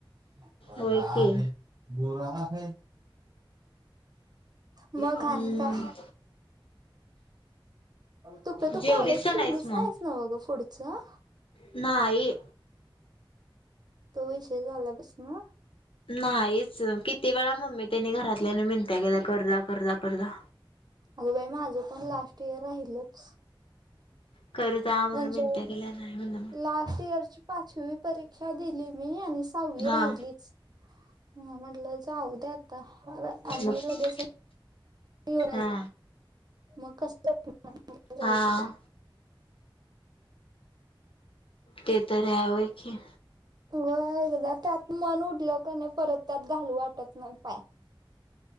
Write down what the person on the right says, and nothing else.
मला
आहे बुरा <unintelligible> आहे? मग
आणि काय तुपे तु
कॉलेज
केलीच
नाहीस नव ग पुढचं?
तो विषय झाल्या पसन.
अगं बाई माझं पण लास्ट इयर राहिलच.
म्हणजे
लास्ट इयरची. पाचवी परीक्षा दिली मी आणि सहावी
राहिलीच. ह म्हटलं जाऊ द्या आता आणि
लगेच. येऊ
मग कस...., <inaudible> <unintelligible>
व्हय एकदा त्यात मन उडलं क नाही परत त्यात घालू वाटत नाही पाय.